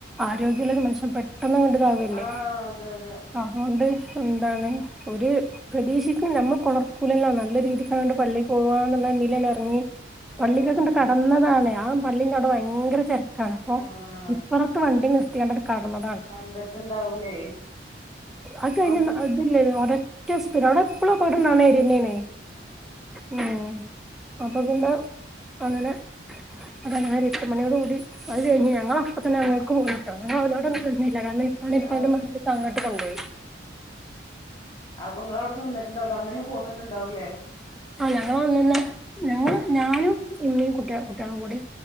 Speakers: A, in the centre; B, on the left (about 25°).
A: ആരോഗ്യമുള്ളൊരു
B: ആഹ്
A: മനുഷ്യൻ പെട്ടെന്ന് കണ്ടതാവല്ലേ
B: ആഹ് അതെ അതെ
A: അതുകൊണ്ട് എന്താണ് ഒരു പ്രദേീശിക്കും നമ്മൾ പുണർ സ്കൂലല്ല നല്ല രീതിക്ക്ണ്ട്
B: ഉം ഉം
A: പള്ളിയി
B: ഉം
A: പോവാുകന്നുള്ള എന്തില തന്ന ഇറങ്ങി
B: ആഹ്
A: പള്ളികെ
B: അതന്നെ
A: കൊണ്ട്
B: അതന്നെ
A: കടന്നതാണ് ആ പള്ളിയ ക ഭയങ്കര തിരക്കാണ് അപ്പൊ
B: ആഹ്
A: ഇപ്പറ നിർത്തിയ ണതാണ്
B: കണ്ടിട്ടുണ്ടാവൂലേ
A: അത്
B: വൺ
A: അതില്ലേ റ്റ സ്പീഡ അവിടെ എപ്പഴോ പോയിട്ടും നന്നായിരിുന്നേന
B: ആഹ് ആഹ്
A: ഉ അപ്പൊ പിന്ന അങ്ങനെ അതര എത്ര മണിയോട് കൂടി അത് കഴിഞ്ഞഞ്ങ്ങ അപ്പൊ തന്നെ കേട്ടോ ഞ അവരോടൊന്നും കഞ്ഞില്ല കാരണം ഇപ്പ
B: ആഹ്
A: ഇപ്പ
B: ആഹ്
A: എന്റെ മേക്ക് അങ്ങോട്ട് കൊണ്ടുപോയി
B: അപ്പങ്ങള അവിടെ നിന്നിട്ടുണ്ടാവലോ അന്നേന്നെ പോന്നിട്ടുണ്ടാവൂലേ
A: ആ ഞങ്ങള് വന്നന്ന ഞങ്ങ
B: ഉം ഉം
A: ഞാനും ഇമ്മയും കുട്ട കുട്ടികള കൂടി